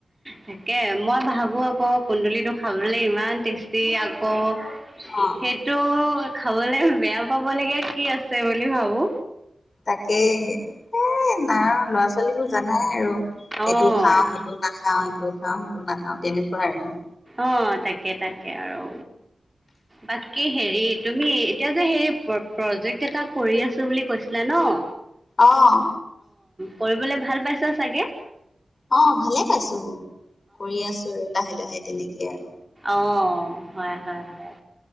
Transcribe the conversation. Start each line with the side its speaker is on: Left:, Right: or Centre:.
Right: তাকে মই ভাবো আকৌ কুন্দুলিটো খাবলৈ ইমান টেষ্টী। আকৌ
Left: অ
Right: সেইটো। খাবলে বেয়া পাবলগীয়া কি আছে বুলি ভাবো।
Left: তাকে এ ল'ৰা ছোৱালীবোৰ জানাই আৰু
Right: অঁ
Left: এইটো খাওঁ সেইটো নাখাওঁ সিটো খাওঁ সেইটো নাখাওঁ তেনেকুৱা আৰু
Right: অঁ তাকে তাকে আৰু বাকী। হেৰি তুমি এতিয়া যে হেৰি প্ৰজেক্ট এটা কৰি আছো বুলি কৈছিলা নহ!
Left: অঁ
Right: কৰিবলৈ ভাল পাইছ চাগে?
Left: অঁ ভালে পাইছো কৰি আছো আৰু লাহে লাহে তেনেকে। আৰু
Right: অঁ হয় হয় হয়